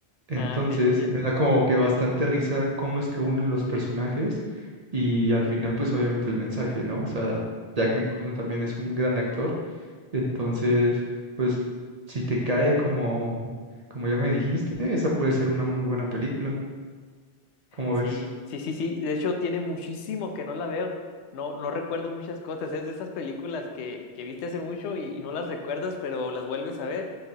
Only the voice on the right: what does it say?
Entonces,
me da como que bastante risa cómo es que unen los personajes y al final, pues obviamente el mensaje, ¿no? O sea, Jack Nicholson también es un gran actor entonces, pues si te cae como, como ya me dijiste, esa puede ser una muy buena película, como
ves?